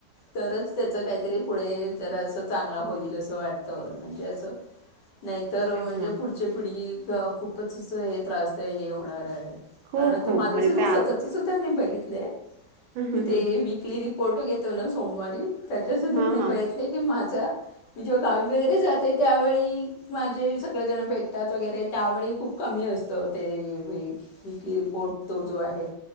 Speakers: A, on the left; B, on the right.
A: तरच त्याच काहीतरी पुढे जरा असं चांगला होईल असं वाटतं म्हणजे अस. नाहीतर
B: तेच
A: म्हणजे
B: ना.
A: पुढची पिढी खूपच अस हे त्रासदाय हे होणार आहे.
B: खूप
A: कारण आता
B: खूप
A: माझ
B: म्हणजे
A: सुद्धा
B: ते आज
A: स्वतःच सुद्धा मी बघितलंय
B: हं, हं,
A: कि ते
B: हं.
A: विकली फोटो घेतो ना सोमवारी त्याच्यासुद्धा
B: हां,
A: मी
B: हां.
A: बघितले की माझा म्हणजे मी गावी वगैरे जाते त्यावेळी माझे सगळे जण भेटतात वगैरे त्यावेळी खूप कमी असतो तो हे विकली रिपोर्ट तो जो आहे.